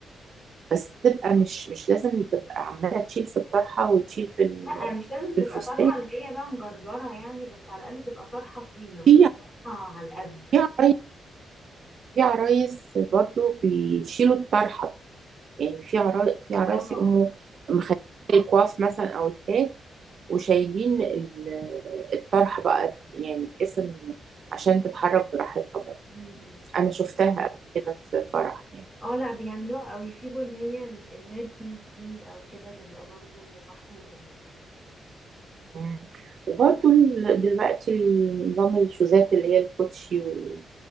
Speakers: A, on the right (about 60°); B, in the centre.
A: بس تبقى مش مش لازم تبقى عمالة تشيل في الطرحة وتشيل في ال-
B: لا مش لازم
A: في
B: تبقى
A: الفستان
B: طرحة اللي هي بقى مجرجرة يعني بس على الأقل تبقى طرحة طويلة
A: في
B: مش طرحة على القد
A: في عرايس في عرايس برضو بيشيلوا الطرحة يعني في عرا في عرايس
B: اه
A: يقوموا مخلين الكواف مثلا او التاج وشايلين ال- الطرحه بقى يعني بحيث ان عشان تتحرك براحتها برضه
B: م-م.
A: انا شفتها قبل كده في فرح يعني
B: اه لا بيعملوها أو يسيبوا اللي هي ال- الهير بيس دي أو كده تبقى برضو محطوطة يعني
A: مم. وبرضه ال- دلوقتي نظام الشوزات اللي هي الكوتشي وال-